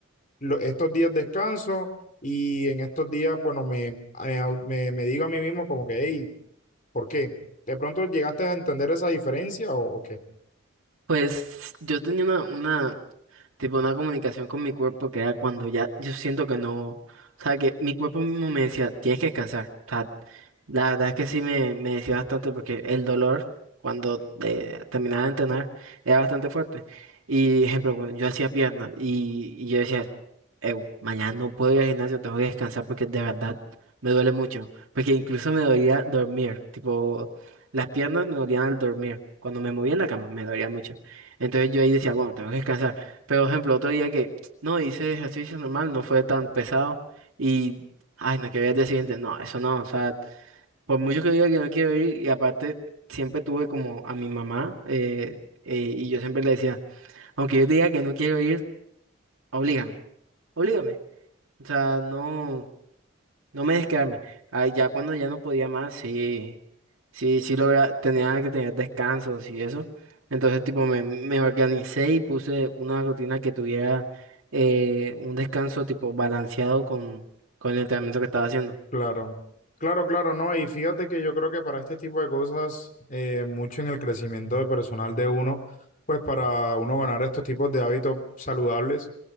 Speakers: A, on the left; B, on the right.
A: lo- estos días descanso y en estos días, bueno, me, me, au- me- me digo a mí mismo como que, hey, ¿por qué? ¿De pronto llegaste a entender esa diferencia o, o qué?
B: pues yo tenía una, una tipo una comunicación con mi cuerpo que era cuando ya yo siento que no, o sea, que mi cuerpo mismo me decía, tienes que descansar. O sea, la verdad es que sí me, me decía bastante porque el dolor cuando eh, terminaba de entrenar era bastante fuerte. Y ejemplo, cuando yo hacía piernas y, y yo decía, "Ew, mañana no puedo ir al gimnasio, tengo que descansar porque de verdad me duele mucho. Porque incluso me dolía dormir, tipo, las piernas me dolían al dormir. Cuando me movía en la cama me dolía mucho. Entonces yo ahí decía, bueno, tengo que descansar. Pero, por ejemplo, otro día que no hice ejercicio normal, no fue tan pesado y, ay, no, que voy al día siguiente, no, eso no, o sea, por mucho que diga que no quiero ir, y aparte siempre tuve como a mi mamá eh, eh, y yo siempre le decía, aunque yo te diga que no quiero ir, oblígame, oblígame, o sea, no. No me dejes quedarme. Ay, ya cuando ya no podía más, sí, sí, sí logra, tenía que tener descansos y eso. Entonces, tipo, me, me organicé y puse una rutina que tuviera eh, un descanso tipo balanceado con, con el entrenamiento que estaba haciendo.
A: Claro, claro, claro, no. Y fíjate que yo creo que para este tipo de cosas, eh, mucho en el crecimiento de personal de uno, pues para uno ganar estos tipos de hábitos saludables,